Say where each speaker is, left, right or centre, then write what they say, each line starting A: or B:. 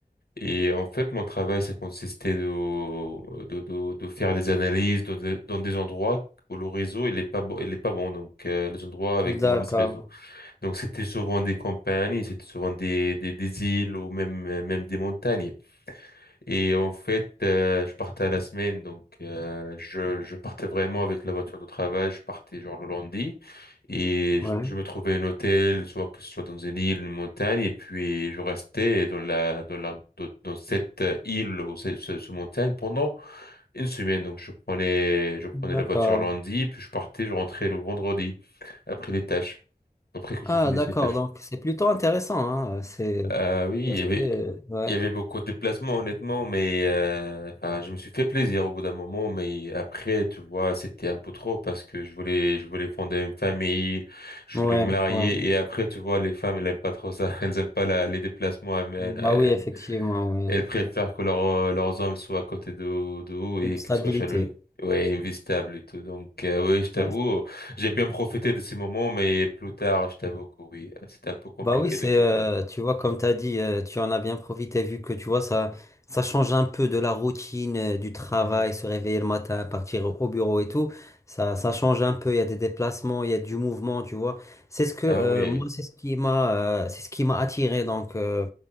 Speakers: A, on the left; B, on the left.
A: Et en fait, mon travail ça consistait de de de, de faire des analyses dans des, dans des endroits où le réseau il est pas bon il est pas bon donc euh, les endroits avec des
B: d'accord.
A: mauvais réseaux. Donc c'était souvent des campagnes, c'était souvent des, des, des îles ou même, même des montagnes. Et en fait, euh, je partais à la semaine, donc euh, je, je partais vraiment avec la voiture de travail, je partais genre le lundi et
B: Ouais.
A: je, je me trouvais un hôtel, soit que ce soit dans une île, une montagne, et puis je restais dans la, dans la, dans, dans cette île ou ce, ce, ce montagne pendant une semaine. Donc je prenais, je prenais
B: D'accord.
A: la voiture lundi, puis je partais, je rentrais le vendredi après les tâches, après que je
B: Ah,
A: finisse
B: d'accord,
A: mes tâches.
B: donc c'est plutôt intéressant, hein. euh, C'est.
A: Euh, oui, il y avait,
B: Euh, Ouais,
A: il y avait beaucoup de déplacements, honnêtement, mais euh, enfin, je me suis fait plaisir au bout d'un moment, mais après, tu vois, c'était un peu trop parce que je voulais, je voulais fonder une famille, je
B: ouais,
A: voulais me marier,
B: ouais.
A: et après, tu vois, les femmes, elles aiment pas trop ça, <laughs> elles aiment pas la, les déplacements, elles,
B: Bah
A: elles-
B: oui, effectivement, oui.
A: elles préfèrent que leur- leurs hommes soient à côté de, de eux
B: Une
A: et
B: stabilité.
A: qu'ils soient chez lui. Ouais, investable et tout. Donc, euh, oui, je t'avoue,
B: Ouais,
A: j'ai bien profité de ces moments, mais plus tard, je t'avoue que oui, c'était un peu compliqué
B: Bah oui, c'est
A: de continuer.
B: euh, tu vois comme tu as dit euh, tu en as bien profité vu que tu vois ça ça change un peu de la routine euh, du travail,
A: Mhm.
B: se réveiller le matin, partir au au bureau et tout. Ça ça change un peu, il y a des déplacements, il y a du mouvement, tu vois. C'est ce que
A: Ah
B: euh,
A: oui.
B: moi c'est ce qui m'a euh, c'est ce qui m'a attiré donc euh,